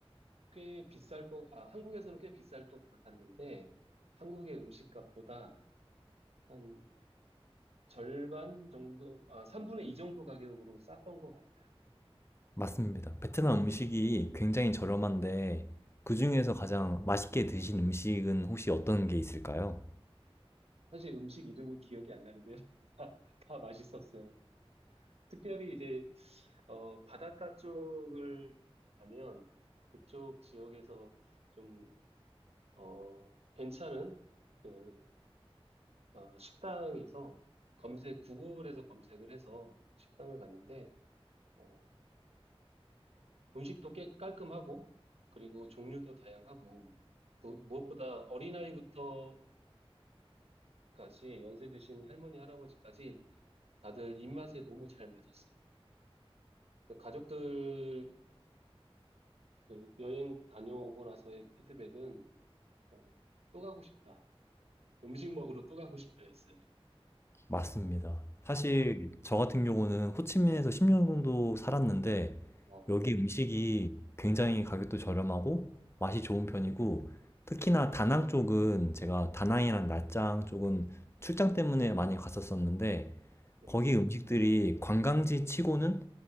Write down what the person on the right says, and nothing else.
꽤 비쌀 것, 아, 한국에서는 꽤 비쌀 것 같았는데 한국의 음식값보다 한 절반 정도, 아, 3분의 2 정도 가격으로 쌌던 것 같아요.
예.
사실 음식 이름은 기억이 안 나는데 <laughs> 다, 다 맛있었어요. 특별히 이제 어, 바닷가 쪽을 가면 그쪽 지역에서 좀 어, 괜찮은 그 어, 식당에서 검색 구글에서 검색을 해서 식당을 갔는데 어, 음식도 꽤 깔끔하고 그리고 종류도 다양하고 무- 무엇보다 어린아이부터 어른까지 연세 드신 할머니 할아버지까지 다들 입맛에 너무 잘 맞았어요. 그 가족들의 그 여행 다녀오고 나서의 피드백은 어, 또 가고 싶다. 음식 먹으러 또 가고 싶다였어요.
네.
어, 어.
네.